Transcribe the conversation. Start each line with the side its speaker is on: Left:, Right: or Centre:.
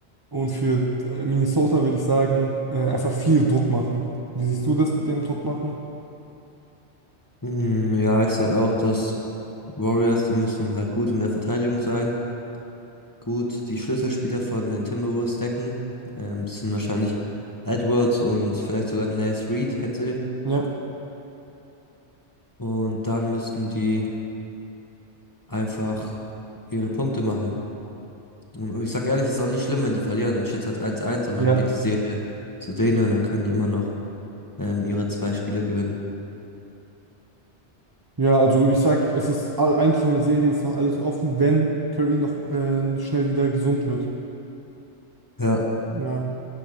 Right: Und für äh, Minnesota würde ich sagen, äh, einfach viel Druck machen. Wie siehst du das mit dem Druck machen?
Left: Mm, ja, ich sag auch, dass Warriors, die müssen halt gut in der Verteidigung sein. Gut, die Schlüsselspieler von den Timberwolves decken. Ähm, das sind wahrscheinlich Edwards und vielleicht sogar Naz Reid, kennst du den?
Right: Ja,
Left: Und dann müssten die einfach ihre Punkte machen. Und ich sag ehrlich, ist auch nicht schlimm, wenn die verlieren. Dann steht halt eins-eins, und
Right: Ja.
Left: dann geht die Serie zu denen und dann können die immer noch ähm, ihre zwei Spiele gewinnen.
Right: Ja, also ich sag, es ist all- eigentlich in der Serie ist noch alles offen, wenn Curry noch äh, schnell wieder gesund wird.
Left: Ja,
Right: ja.